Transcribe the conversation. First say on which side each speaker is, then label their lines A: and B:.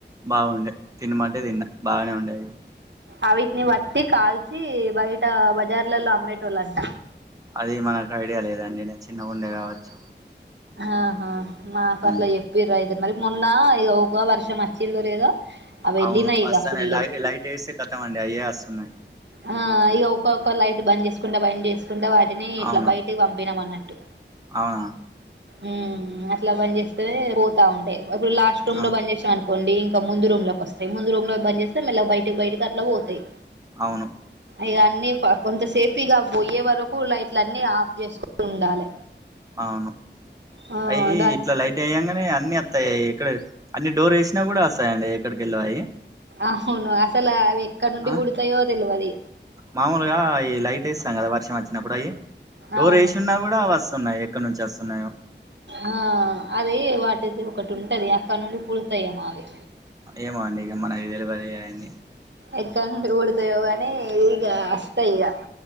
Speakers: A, on the right; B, on the right.
A: బాగుండే తినమంటే తిన్నా బాగానే ఉండేయి అవి
B: అ విటిని పట్టి కాల్చి బయట బజార్లలో అమ్మేటోళ్ళంట
A: అది మనకు ఐడియా లేదండి నేను చిన్నగా ఉండే కావచ్చు
B: ఆహా మాకు
A: ఉమ్,
B: అట్లా చెప్పిరు అయితే మరి మొన్న ఇగ ఒక వర్షం వచ్చిందో లేదో అవి వెళ్ళినాయి
A: అవును వస్తనే
B: ఇగ ఫుల్
A: లైట్ వేస్తే కతం అండి అయే వస్తున్నాయి
B: ఆ ఇ ఒక్కొక్క లైట్ బంద్ చేసుకుంటా బంద్ చేసుకుంటే వాటిని ఇట్లా
A: అవును
B: బయటికి పంపినాం అన్నట్టు
A: అవునా
B: ఉమ్మ్ అట్లా బంద్ చేస్తేనే పోతా ఉంటాయి. ఇప్పుడు లాస్ట్ రూమ్
A: అవు-
B: లో బంద్ చేసినంఅనుకో కొండి ఇంకా ముందు రూమ్ లోకి వస్తాయి. ముందు రూమ్ లో బబ్జేస్తే మెల్లగా బయటకి బయటకి అట్లా పోతాయి
A: అవును
B: ఇగా అన్నీ కొంతసేపూ ఇగ పోయే వరకు లైట్ల అన్ని ఆఫ్ చేసుకునీ ఉండాలి.
A: అవును
B: ఆ
A: అయి
B: దానికి
A: ఇట్లా లైట్ వేయంగనే అన్ని అత్తయ్ ఎక్కడ అన్ని డోర్ వేసినా కూడా వస్తయంండి ఎక్కడికెల్లో అయి
B: అవును అసలు అవి ఎక్కడ నుండి
A: ఆ,
B: పూడతాయో తెలవది
A: మామూలుగా అయి లైట్ వేస్తాం కదా వర్షం వచ్చినప్పుడు అవి డోర్
B: అవును
A: వేసిన్నా కూడా వస్తున్నాయి ఎక్కడ నుంచి వస్తున్నాయో
B: ఆ అది వాటిది ఒకటి ఉంటది అక్కడ నుండి పుడుతాయమో అవి
A: ఏమో అండి ఇగ మనకు తెల్వదు అయన్ని
B: ఎక్కడ్నుండి పూడుతయో గాని ఈగ అస్తయి ఈగ